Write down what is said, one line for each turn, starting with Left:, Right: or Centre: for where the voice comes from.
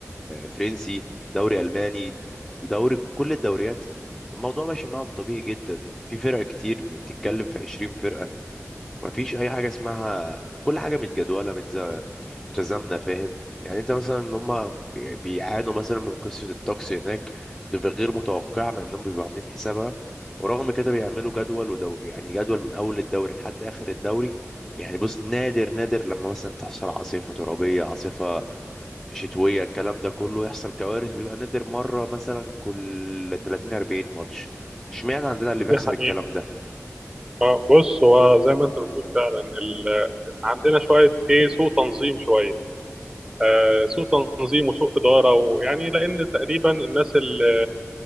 Centre: فرنسي دوري الماني دوري كل الدوريات الموضوع ماشي معاهم طبيعي جدا في فرق كتير بتتكلم في 20 فرقة مفيش اي حاجه اسمها كل حاجه متجدوله متز... متزامنه فاهم يعني انت مثلا ان هم بيعانوا مثلا من قصه الطقس هناك بتبقى غير متوقعه مع انهم بيبقوا عاملين حسابها ورغم كده بيعملوا جدول ودو... يعني جدول من اول الدوري لحد اخر الدوري يعني بص نادر نادر لما مثلا تحصل عاصفه ترابيه عاصفه شتويه الكلام ده كله يحصل كوارث بيبقى نادر مره مثلا كل 30 40 ماتش اشمعنى عندنا اللي بيحصل
Right: دي حقيقه
Centre: الكلام ده
Right: اه بص هو زي ما انت بتقول فعلا ال... عندنا شويه ايه سوء تنظيم شويه آه سوء تنظيم وسوء اداره ويعني لان تقريبا الناس اللي,